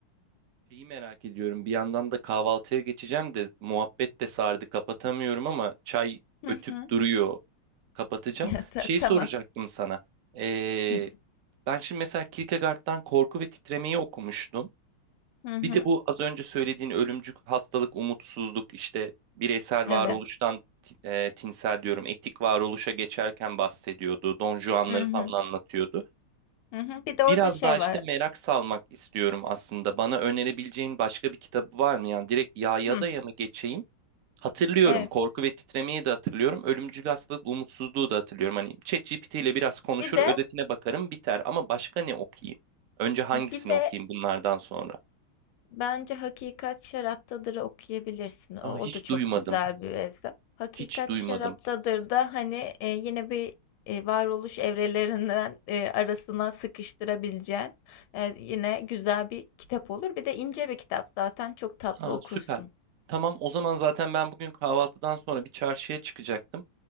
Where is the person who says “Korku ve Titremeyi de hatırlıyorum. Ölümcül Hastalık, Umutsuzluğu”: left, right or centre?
Right